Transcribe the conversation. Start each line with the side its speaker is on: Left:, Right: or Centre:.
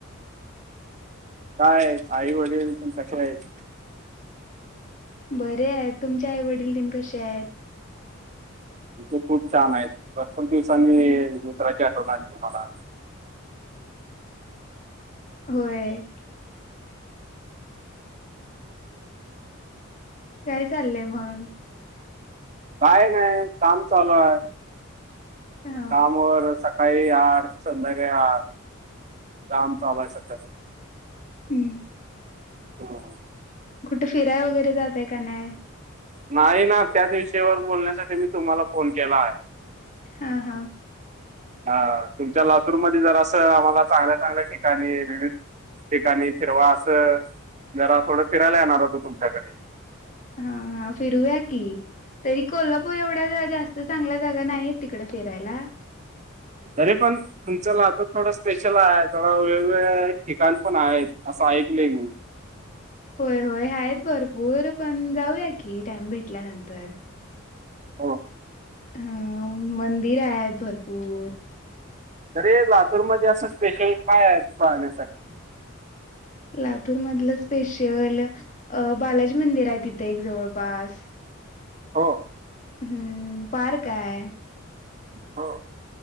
Right: काय आई वडील पण कशी आहेत?
Left: बरे आहेत. तुमच्या आई वडील तेन कसे आहेत?
Right: ते खूप छान आहेत. भरपूर दिवसांनी
Left: अच्छा.
Right: मित्राची आठवन आली तुम्हाला.
Left: होय. काय चाललंय मग?
Right: काय नाही काम चालू आहे.
Left: हा
Right: कामावर सका अरे यार! संध्याकाळी यार काम चालू आहे सं
Left: हम.
Right: हा.
Left: कुठे फिराय वगैरे जाताय का नाय?
Right: नाही ना, त्याच विषयावर बोलण्यासाठी मी तुम्हाला फोन केलाय.
Left: हा हा.
Right: हा. तुमच्या लातूरमध्ये जरासं आम्हाला चांगल्या चांगल्या ठिकाणी विविध ठिकाणी फिरवा असं. जरा थोडं फिरायला येणार होतो तुमच्याकडं.
Left: हा हा फिरूया की. तरी कोल्हापूर एवढ्या जास्त चांगल्या जागा नाहीय तिकडं फिरायला.
Right: तरी पण तुमंच लातुर थोडं स्पेशल हाय, थोड वेगवेगळ्या ठिकाण पण आहेत असं ऐकलं मी.
Left: होय होय आहेत भरपूर, पण जाऊया की टाइम भेटल्यानंतर.
Right: हो
Left: हम्म मंदिर आहेत भरपूर.
Right: तरी लातूरमध्ये असं स्पेशल काय आहे पाहण्यासाठी?
Left: लातूर मधलं स्पेशल, अ बालाजी मंदिर आहे तिथं एक जवळपास.
Right: हो.
Left: हम्म पार्क हाय.
Right: हो.